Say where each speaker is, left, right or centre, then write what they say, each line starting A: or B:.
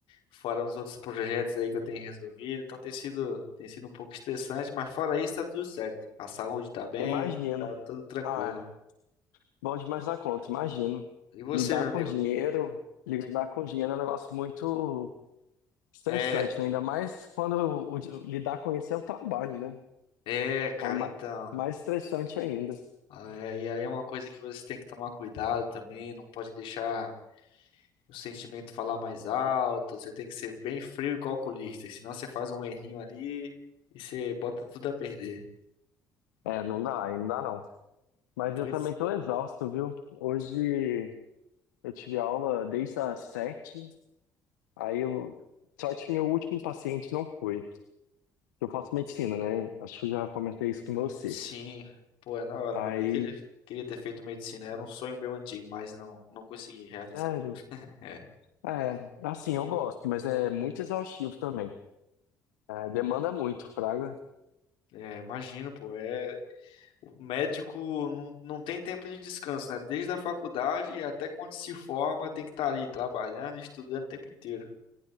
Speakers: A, on the left; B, on the left.
A: Fora uns outros projetos aí que eu tenho resolvido, então tem sido, tem sido um pouco estressante, mas fora isso tá tudo certo. A saúde tá bem,
B: Imagino.
A: tá tudo tranquilo.
B: Ah, bom demais da conta, imagino.
A: E você,
B: Lidar
A: meu amigo?
B: com dinheiro, lidar com dinheiro é um negócio muito estressante,
A: É,
B: né? Ainda mais quando o- o- lidar com isso é o trabalho, né?
A: é, cara,
B: É ma-
A: então.
B: mais estressante ainda.
A: É, e aí é uma coisa que você tem que tomar cuidado também, não pode deixar o sentimento falar mais alto, você tem que ser bem frio e calculista, senão você faz um errinho ali e você bota tudo a perder.
B: É, não dá, ainda dá não. Mas
A: Pois
B: eu também tô exausto, viu? Hoje eu tive aula desde as sete. Aí eu. Sorte que meu último paciente não foi. Eu faço medicina, né? Acho que eu já comentei isso com você.
A: sim, pô, é da hora,
B: Aí,
A: mano. Eu queria, queria ter feito medicina, era um sonho meu antigo, mas não, não consegui realizar.
B: sério.
A: É,
B: É, assim, eu gosto, mas é muito exaustivo também. É, demanda muito, praga.
A: é, imagino, pô, é. O médico não, não tem tempo de descanso, né? Desde a faculdade até quando se forma, tem que estar ali trabalhando, estudando o tempo inteiro.